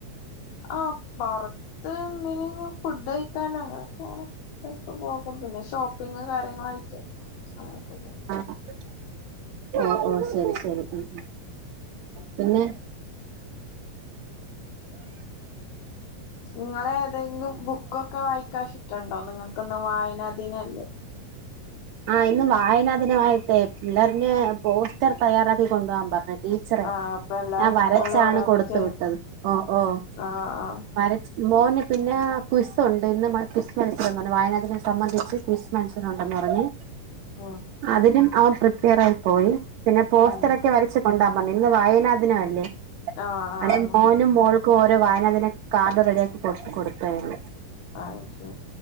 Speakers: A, on the left; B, on the right.
A: ആഹ് പുറത്ത് എന്തിനെങ്കിലും ഫുഡ് കഴിക്കാനോ അങ്ങനൊക്കെങ്ങനെ. ചെലപ്പോ പോകും പിന്നെ ഷോപ്പിങ് കാര്യങ്ങളായിട്ട് അങ്ങനെയൊക്കെ പോകും.
B: ആഹ് ഓഹ് ഓഹ് ശരി ശരി ഉം പിന്നെ.
A: നിങ്ങള ഏതെങ്കിലും ബുക്കൊക്കെ വായിക്കാൻ ഇഷ്ടണ്ടോ നിങ്ങൾക്കുന്ന് വായന ദിനല്ലേ.
B: ആഹ് ഇന്ന് വായന ദിന ആയിട്ടേ പിള്ളര് ന് പോസ്റ്റർ തയ്യാറാക്കി കൊണ്ടുപോകാൻ പറഞ്ഞീ നി. പിക്ചർ
A: ആഹ് അപ്പൊ എല്ലാ
B: ഞാൻ വരച്ചാണ്
A: സ്കൂളിലും ഓരോന്ന്
B: കൊടുത്ത
A: ചെ
B: വിട്ടത് ഓഹ് ഓഹ്
A: ആഹ് ആഹ്
B: വരച് മോന് പിന്നെ ക്വിസ് ഉണ്ട് ഇന്ന് ക്വിസ് മത്സരം വായനാ ദിനം സംബന്ധിച്ച്. ക്വിസ് മത്സരം ഒണ്ടെന്ന് പറഞ്ഞ്
A: ഓഹ്
B: അതിലും അവൻ പ്രിപ്പേരായി പോയി പിന്നെ പോസ്റ്ററൊക്കെ
A: ഉം
B: വരച്ച് കൊണ്ട വന്നെ ഇന്ന് വായനാദിനവല്ലേ
A: ആഹ് ആഹ്
B: അന് മോനും മോൾ ക്കോരോ വായനാദിന കാർഡ് റെഡിയാക്കി കൊ കൊടുത്താരുന്ന്
A: ആഹ് ശെ